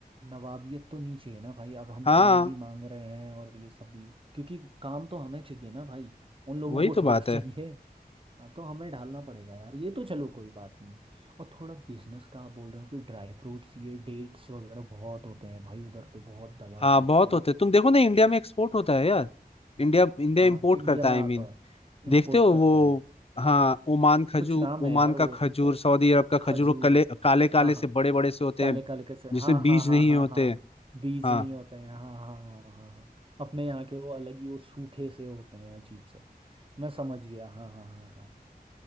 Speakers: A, on the right; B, on the left.
A: नवाबियत तो नहीं चाहिए ना भाई अब हम
B: हाँ
A: काम भी मांग रहे हैं और ये सब भी क्योंकि काम तो हमें चाहिए ना भाई उन लोगों
B: वही
A: को
B: तो
A: थोड़ी
B: बात
A: <laughs> चाहिए
B: है
A: हाँ तो हमें ढालना पड़ेगा यार ये तो चलो कोई बात नहीं और थोड़ा बिजनेस का आप बोल रहे हो कि ड्राई फ्रूट्स ये डेट्स वगैरह बहुत होते हैं भाई उधर पे बहुत दबा
B: हाँ
A: के
B: बहुत
A: है ना
B: होते हैं तुम देखो ना इंडिया में एक्सपोर्ट होता है यार इंडिया इंडिया
A: हाँ
B: इम्पोर्ट
A: इंडिया
B: करता
A: में
B: है आई
A: आता
B: मीन
A: है
B: देखते
A: इम्पोर्ट
B: हो
A: करता
B: वो
A: है
B: हाँ ओमान खजूर
A: कुछ नाम है
B: ओमान
A: यार
B: का
A: वो,
B: खजूर
A: वो
B: सऊदी अरब का खजूर
A: खजूर
B: वो कले, काले काले
A: हाँ हाँ
B: से बड़े बड़े से होते
A: काले
B: हैं
A: काले कैसे
B: जिसमें
A: हाँ
B: बीज
A: हाँ हाँ
B: नहीं
A: हाँ
B: होते
A: हाँ
B: हैं
A: बीज
B: हाँ
A: नहीं होते हैं हाँ हाँ हाँ हाँ हाँ हाँ। अपने यहाँ के वो अलग ही वो सूखे से होते हैं अजीब से मैं समझ गया हाँ हाँ हाँ हाँ